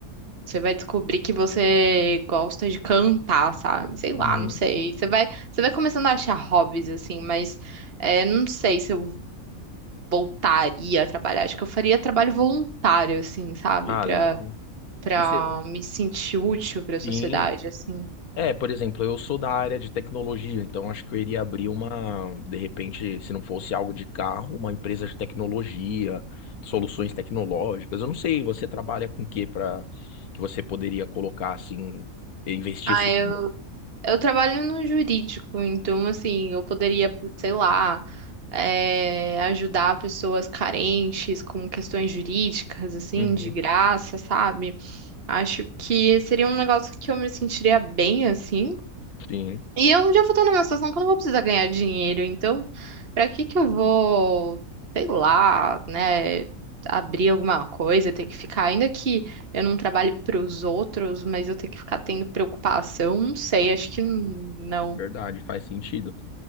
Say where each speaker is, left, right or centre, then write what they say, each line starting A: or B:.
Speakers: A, on the right; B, on the left.
A: Você vai descobrir que você gosta de cantar, sabe? Sei lá,
B: Uhum.
A: não sei. Você vai, você vai começando a achar hobbies, assim, mas é, não sei se eu voltaria a trabalhar. Acho que eu faria trabalho voluntário, assim, sabe?
B: Ah,
A: Pra,
B: legal.
A: pra
B: E cê-
A: me sentir útil pra sociedade,
B: Sim.
A: assim.
B: É, por exemplo, eu sou da área de tecnologia, então acho que eu iria abrir uma, de repente, se não fosse algo de carro, uma empresa de tecnologia, soluções tecnológicas. Eu não sei, você trabalha com o que para que você poderia colocar assim, investir
A: Ah,
B: esse
A: eu,
B: dinheiro?
A: eu trabalho no jurídico, então, assim, eu poderia, sei lá, é, ajudar pessoas carentes com questões jurídicas, assim,
B: Uhum,
A: de graça, sabe? Acho que seria um negócio que eu me sentiria bem assim.
B: sim.
A: E eu já vou estar numa situação que eu não vou precisar ganhar dinheiro, então pra que que eu vou, sei lá, né, abrir alguma coisa, ter que ficar, ainda que eu não trabalhe pros outros, mas eu ter que ficar tendo preocupação, não sei, acho que n- não.
B: Verdade, faz sentido.